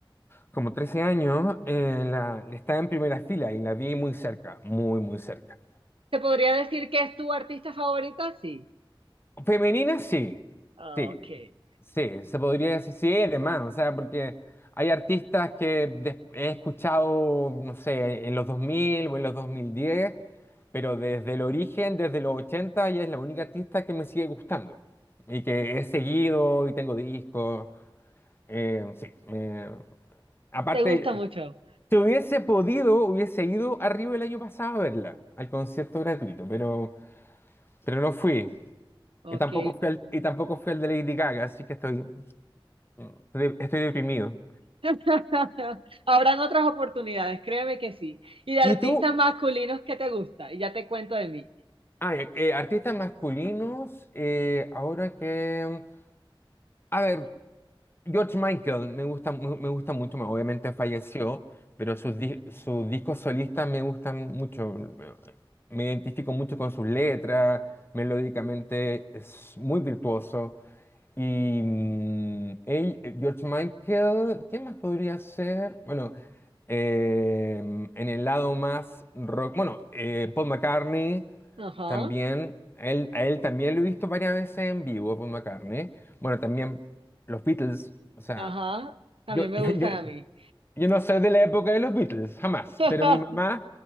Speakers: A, on the left (about 25°); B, on the right (about 80°).
A: como trece años, eh, la, estaba en primera fila y la vi muy cerca, muy, muy cerca.
B: ¿Te podría decir que es tu artista favorita? Sí.
A: Femenina sí,
B: Ah,
A: sí,
B: ok.
A: sí, se podría decir, sí, además, o sea, porque hay artistas que des- he escuchado, no sé, en los 2000 o en los 2010, pero desde el origen, desde los 80, ella es la única artista que me sigue gustando y que he seguido y tengo discos, eh, sí. me- aparte,
B: ¿Te gusta mucho?
A: si hubiese podido, hubiese ido a Río el año pasado a verla, al concierto gratuito, pero, pero no fui.
B: Ok.
A: Y tampoco fui al, y tampoco fui al de Lady Gaga, así que estoy, estoy, estoy deprimido.
B: <laughs> Habrán otras oportunidades, créeme que sí. Y de artistas
A: ¿Y tú?
B: masculinos que te gusta, y ya te cuento de mí.
A: Ah, eh, eh, artistas masculinos, eh, ahora que... A ver, George Michael me gusta, mu- me gusta mucho, obviamente falleció, pero sus, di- sus discos solistas me gustan mucho. Me identifico mucho con sus letras, melódicamente es muy virtuoso. Y mm, ey- eh, George Michael, ¿qué más podría ser? Bueno, em, en el lado más rock, bueno, eh, Paul McCartney
B: Ajá,
A: también, él, a él también lo he visto varias veces en vivo, Paul McCartney. Bueno, también los Beatles, o sea,
B: ajá, también
A: yo,
B: me
A: <laughs> yo,
B: gustan
A: yo,
B: a mí.
A: yo no soy de la época de los Beatles, jamás,
B: <laughs>
A: pero mi mamá,